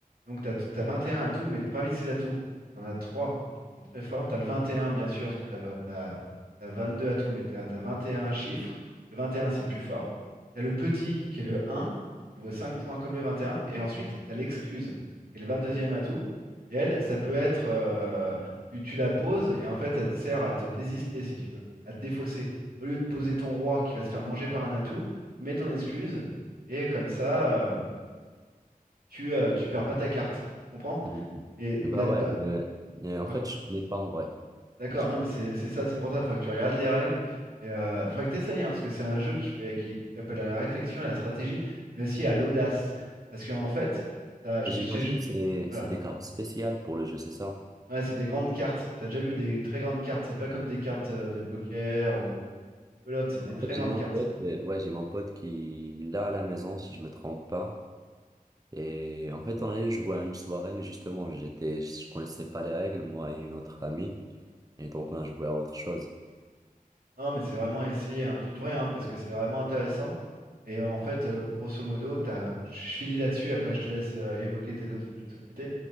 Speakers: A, on the right; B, on the right.
A: Donc tu as, 21 atouts, mais parmi ces atouts, tu en as 3 qui sont très forts. Tu as le 21, bien sûr, parce que tu as, 22 atouts, mais tu as, 21 chiffres. Le 21, c'est le plus fort. Tu as le petit, qui est le 1, qui vaut 5 points comme le 21. Et un. Et ensuite, tu as l'excuse, qui est le 22e atout. Et elle, ça peut être, euh, tu, tu la poses, et en fait, ça te sert à te désister, si tu veux, à te défausser. Au lieu de poser ton roi qui va se faire manger par un atout, tu mets ton excuse. Et comme ça, euh, tu, euh, tu perds pas ta carte. Tu comprends?
B: Mhm.
A: Et
B: Bah
A: là, pa-
B: ouais, euh, euh, en
A: par-
B: fait, je connais pas en vrai,
A: d'accord,
B: déjà.
A: non, mais c'est c'est ça, c'est pour ça, il faudra que tu regardes les règles. Et euh, faudrait que tu essayes, hein, parce que c'est un jeu qui fait, qui, qui fait appel à la réflexion, à la stratégie, mais aussi à l'audace. Parce qu'en fait, t'as- je-
B: Et J'imagine
A: je- je-
B: c'est
A: voilà.
B: c'est des cartes spéciales pour le jeu, c'est ça?
A: Ouais, c'est des grandes cartes. T'as déjà vu des très grandes cartes. C'est pas comme des cartes euh, de poker ou de belote, c'est
B: En
A: des très
B: fait, j'ai
A: grandes
B: mon
A: cartes.
B: pote, euh, ouais, j'ai mon pote qui l'a à la maison, si je me trompe pas. Et en fait, on allait jouer à une soirée, mais justement, j'étais, je connaissais pas les règles, moi et une autre amie. Et donc, on a joué à autre chose.
A: Non, mais c'est vraiment à essayer, hein. Tu devrais, hein, parce que c'est vraiment intéressant. Et euh, en fait, euh, grosso modo, t'as... je finis là-dessus, après je te laisse euh, évoquer tes autres jeux de société.